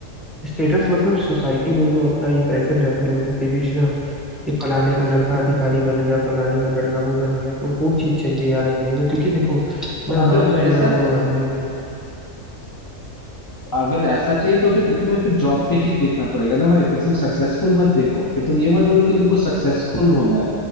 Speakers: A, in the centre; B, on the left.
A: स्टेटस मतलब सोसाइटी में जो अपना इम्प्रेशन रहता है लोगों के बीच ना कि फलाने का लड़का अधिकारी बन गया फलाने का लड़का वो बन गया तो वो चीज चाहिए यार अपने को क्योंकि देखो मैं
B: तो अगर
A: गांव से
B: वैसा
A: जुड़ा हुआ आदमी हूँ
B: अगर ऐसा चाहिए तो फिर तो तुम्हें फिर जॉब पे ही देखना पड़ेगा ना भाई फिर तुम सक्सेसफुल मत देखो फिर तुम ये मत बोलो कि तुमको सक्सेसफुल होना है